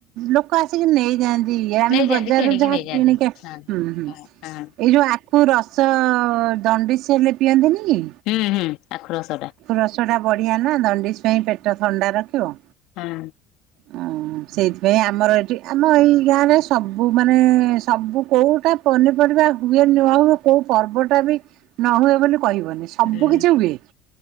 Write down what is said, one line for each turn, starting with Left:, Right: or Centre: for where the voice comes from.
Right: ଲୋକ ଆସିକି ନେଇଯାଆନ୍ତି। ଦ ଆମେ
Left: ନେଇଯାଆନ୍ତି
Right: ବଜାରରୁ
Left: କିଣିକି
Right: ଯାହା
Left: ନେଇଯାଆନ୍ତି।
Right: କିଣିକି ହୁଁ
Left: ହଁ
Right: ହୁଁ
Left: ହଁ
Right: ଏଇ ଯୋଉ। କେଉଁ ରସ ଜଣ୍ଡିସ ସେ ହେଲେ ପିଅନ୍ତିନି କି।
Left: ହୁଁ ହୁଁ ଆଖୁ ରସଟା।
Right: ରସଟା ବଢ଼ିଆ ନା ଦଣ୍ଡିଶ ପାଇଁ ପେଟ ଥଣ୍ଡା ରଖିବ।
Left: ହୁଁ।
Right: ଅଁ ସେଇଥିପାଇଁ ଆମର ଏଠି ଆମ ଏଇ ଗାଁରେ ସବୁ ମାନେ ସବୁ କୋଉଟା। ପନିପରିବା ହୁଏ ନ ହୁଏ କୋଉ ପର୍ବ ଟା ବି ନ ହୁଏ ବୋଲି କହିବନି। ସବୁ
Left: ହୁଁ
Right: କିଛି ହୁଏ